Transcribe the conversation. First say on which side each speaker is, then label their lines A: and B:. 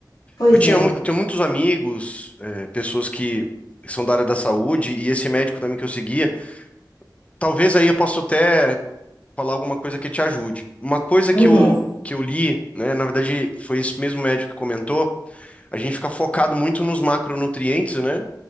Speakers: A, on the left (about 70°); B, on the left (about 20°).
A: Pois
B: Eu tinha,
A: é.
B: mu- eu tenho muitos amigos, é, pessoas que são da área da saúde, e esse médico também que eu seguia, talvez aí eu possa até falar alguma coisa que te ajude. Uma coisa
A: Uhum.
B: que eu, que eu li, né, na verdade foi esse mesmo médico que comentou, a gente fica focado muito nos macronutrientes, né?